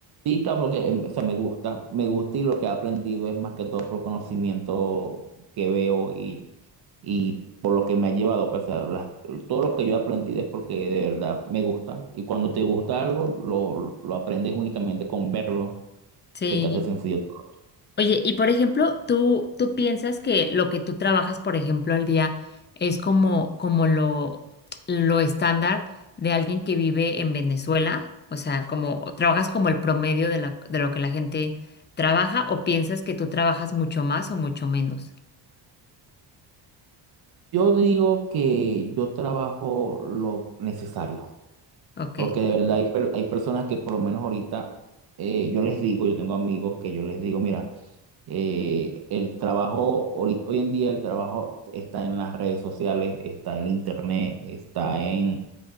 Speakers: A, on the right (about 55°); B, on the left (about 25°).
A: Sí, claro, porque em, o sea, me gusta, me gusta y lo que he aprendido es más que todo por conocimiento que veo y, y por lo que me ha llevado, pues, a las- todo lo que yo he aprendido es porque de verdad me gusta y cuando te gusta algo lo, lo aprendes únicamente con verlo,
B: Sí.
A: se te hace sencillo todo.
B: Oye, y por ejemplo, ¿tú, tú piensas que lo que tú trabajas, por ejemplo, al día es como, como lo, lo estándar de alguien que vive en Venezuela? O sea, como, ¿trabajas como el promedio de la, de lo que la gente trabaja o piensas que tú trabajas mucho más o mucho menos?
A: Yo digo que yo trabajo lo necesario,
B: Ok,
A: porque de verdad hay, per- hay personas que por lo menos ahorita eh, yo les digo, yo tengo amigos que yo les digo, mira, Eh, el trabajo, hoy, hoy en día el trabajo está en las redes sociales, está en internet, está en...